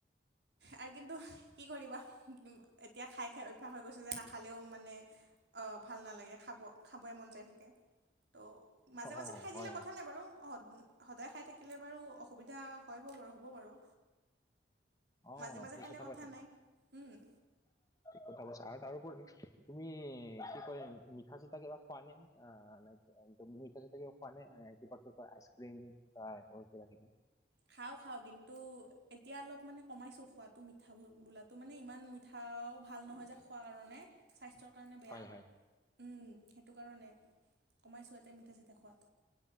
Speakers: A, on the right; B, on the left.
A: আৰু কিন্তু কি কৰিবা? এতিয়া খাই খাই অভ্য়াস হৈ গৈছে যে নাখালেও মানে অঁ ভাল নালাগে খাব খাবই মন যায় থাকে ত' মাজে
B: অ
A: মাজে খাই
B: হয়
A: দিলে
B: হয়
A: কথা নাই বাৰু অহত সদায় খাই থাকিলে বাৰু অসুবিধা হয় ব বাৰু হ'ব বাৰু।
B: অ
A: মাজে মাজে
B: ঠিক
A: খালে কথা
B: কৈছা
A: নাই উমঁ।
B: কথা কৈছা আৰু তাৰোপৰি তুমি কি কয় মিঠা চিঠা কিবা খোৱা নে? অ ন তুমি ক খোৱা নাই কিবা ক আইচ ক্ৰ্ৰীম বা কিবাকিবি উমঁ!
A: খাওঁ খাওঁ কিন্তু,,, এতিয়া অলপ মানে কমাইছোঁ খোৱাটো মিঠা বোলাটো মানে ইমান মিঠাও ভাল নহয় যে খোৱাৰ কাৰণে। স্বাস্থ্যৰ কাৰণে বেয়া
B: হয় হয়।
A: ওম সেইটো কাৰণে কমাইছোঁ এয়াতে মিঠা চিঠা খোৱাত।